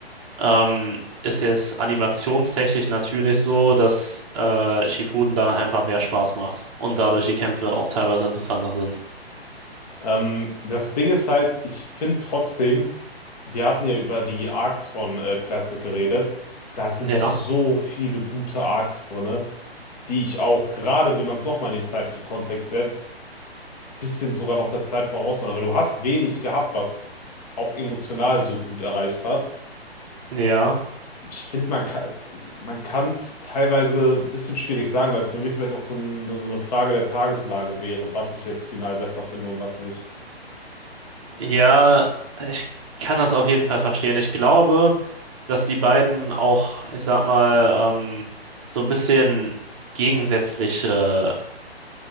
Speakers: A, on the right; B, on the left.
A: ähm, ist jetzt animationstechnisch natürlich so, dass äh, Shippuden da einfach mehr Spaß macht und dadurch die Kämpfe auch teilweise interessanter sind.
B: Ähm, das Ding ist halt, ich finde trotzdem, wir hatten ja über die Arcs von äh, Classic geredet. Da sind
A: Ja,
B: so viele gute Arcs drin, die ich auch, gerade wenn man es nochmal in den zeitlichen Kontext setzt, bisschen sogar noch der Zeit voraus waren, aber du hast wenig gehabt, was auch emotional so gut erreicht hat.
A: ja,
B: Ich finde, man kann, man kann es teilweise ein bisschen schwierig sagen, weil es bei mir vielleicht auch so, ein, so eine Frage der Tageslage wäre, was ich jetzt final besser finde und was nicht.
A: ja, ich kann das auf jeden Fall verstehen. Ich glaube, dass die beiden auch, ich sag mal, ähm, so ein bisschen gegensätzliche